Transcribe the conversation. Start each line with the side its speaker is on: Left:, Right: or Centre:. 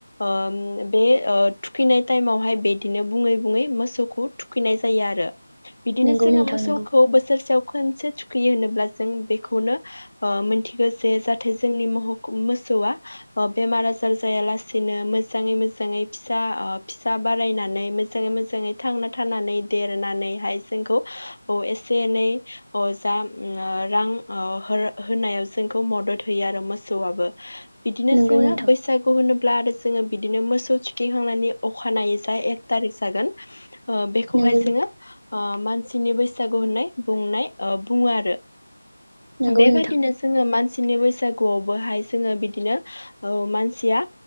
Left: ओम बे ओ थुखैनाय टाइमावहाय बेदिनो बुङै बुङै मोसौखौ थुखै नाय जायो आरो। बिदिनो
Right: नोंगौ
Left: जोङो
Right: नोंथां
Left: मोसौखौ
Right: नोंगौ
Left: बोसोरसेयाव खोनसे थुखैयो होनोब्ला जों बेखौनो ओ मोनथिगो जे जाहाथे जोंनि <unintelligible> मोसौआ अ बेमार आजार जायालासेनो मोजाङै मोजाङै फिसा ओ फिसा बारायनानै मोजाङै मोजाङै थांना थानानै देरनानैहाय जोंखौ अ एसे एनै अ जा ओम रां ओ होर होनायाव जोंखौ मदद होयो आरो मोसौआबो बिदिनो
Right: नोंगौ
Left: जोङो
Right: नोंथां
Left: बैसागु होनो ब्ला आरो जोङो बिदिनो मोसौ थुखिखांनानै अखानायै जाय एक थारिख जागोन ओ बेखौहाय
Right: नोंगौ
Left: जोङो ओ मानसिनि बैसागु होननाय बुंनाय ओ बुङो आरो।
Right: नोंगौ
Left: बेबादिनो
Right: नोंथां
Left: जोङो मान सिनि बैसागुआवबोहाय जोङो बिदिनो ओ मानसिया